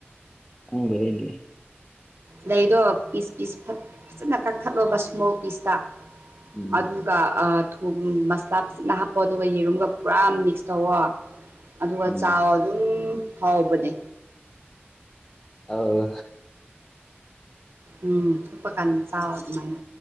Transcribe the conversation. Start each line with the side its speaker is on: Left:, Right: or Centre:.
Left: ꯈꯪꯗꯦ ꯑꯩꯗꯤ
Right: ꯂꯩꯗꯣ ꯄꯤꯁ ꯄꯤꯁ ꯐꯠ ꯐꯖꯅ ꯀꯛꯊꯠꯂꯣꯕ ꯏꯁꯃꯣꯜ ꯄꯤꯁꯇ
Left: ꯎꯝ
Right: ꯑꯗꯨ ꯑꯗꯨꯒ ꯑꯥ ꯊꯨꯝ ꯃꯁꯂꯥ ꯐꯖꯅ ꯍꯥꯞꯄꯣ ꯑꯗꯨꯒꯥ ꯌꯦꯔꯨꯝꯒꯥ ꯄꯨꯔꯥ ꯃꯤꯛꯁ ꯇꯧꯋꯣ ꯑꯗꯨꯒꯥ
Left: ꯎꯝ
Right: ꯆꯥꯎꯋꯣ ꯑꯗꯨꯝ ꯍꯥꯎꯕꯅꯦ
Left: ꯑꯧ
Right: ꯎꯝ ꯊꯨꯞꯄ ꯀꯟ ꯆꯥꯎꯋꯣ ꯑꯗꯨꯃꯥꯥꯏꯅ